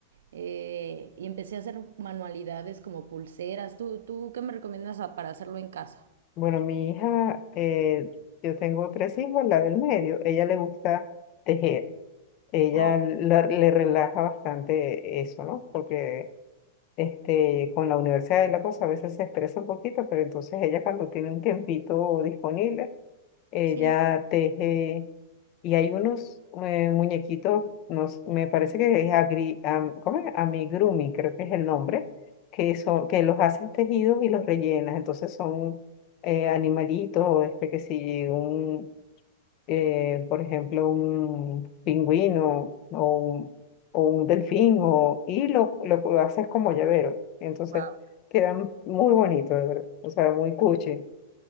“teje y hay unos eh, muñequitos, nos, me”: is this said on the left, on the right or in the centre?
Left